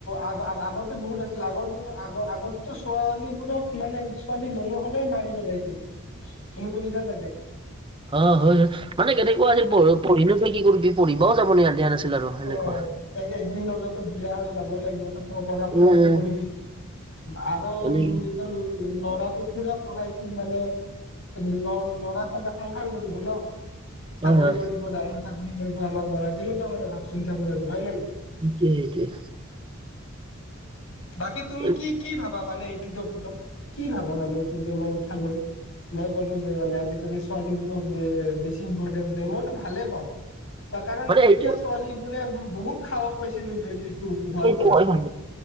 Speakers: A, on the left (about 70°); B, on the right (about 25°).
A: আ-আ-আগতে বহুত আছিল। আগৰ আগ আগতে টো ছোৱালীবোৰক মানে ছোৱালী জন্ম হ'লেই মাৰি পেলাইছিল। তুমি শুনিছা চাগে?
B: অ হয় হয় মানে কেনেকুৱা আছিল পঢ় পঢ়ি নো তই কি কৰিবি পঢ়িবাও যাব দিয়া নাছিল। আৰু
A: অ
B: সেনেকুৱা।
A: এক একদিন হ'লেতো বিয়া হৈ যাবই লাগিব তো পঢ়া-শুনা
B: উম উম
A: কৰি কৰিবি কি আৰু
B: মানে
A: নিজৰ ল-ল'ৰাটোক পুৰা পঠাইছিল মানে ল ল'ৰাটো এটা সংসাৰ কৰিব ন। চাকৰি
B: হয় হয়।
A: কৰিব ডাঙৰ চাকৰি কৰিব আমাৰ ল'ৰাটোৱে। তেনেকুৱা মানে ভাৱ চিন্তাবোৰ আছিল, হয় নে নহয়?
B: সেইটোৱে, সেইটোৱে।
A: বাকী তুমি
B: এই
A: কি- কি ভাবা মানে টো টপিকত কি ভাবা মানে এইটো যে মই উঠালো। মই ক'লো যে মানে আজি-কালি ছোৱালীবোৰক এ বেছি ইম্পৰ্টেন্ঞ্চ দিয়ে, মইতো ভালে পাওঁ। ত কাৰণ
B: মানে
A: এতিয়া
B: এইটো
A: ছোৱালীবোৰে বহুত সাহস পাইছে কিন্তু এ-এইটো কোৱাৰ
B: সেইটো
A: পৰা,
B: হয় মানে